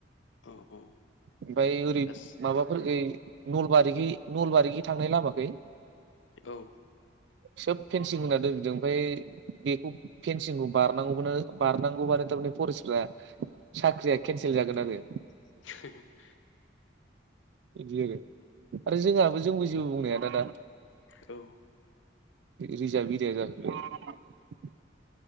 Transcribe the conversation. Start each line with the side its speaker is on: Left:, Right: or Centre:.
Left: औ औ।
Right: ओमफाय ओरै
Left: दास
Right: माबाफोरखै नलबारिखै नलबारिखै थांनाय लामाखै।
Left: औ।
Right: सोब फेनसिं होना दोनजोबदों ओमफाय बेखौ फेनसिंखौ बारनांगौबानो बारनांगौबानो थारमाने फरेसफ्रा साख्रिया केन्सेल जागोन आरो।
Left: <unintelligible>
Right: बिदि आरो आरो जोंहाबो जोंबो जेबो बुंनो हाया दादा।
Left: औ।
Right: रिजाब एरिया जागोन बे।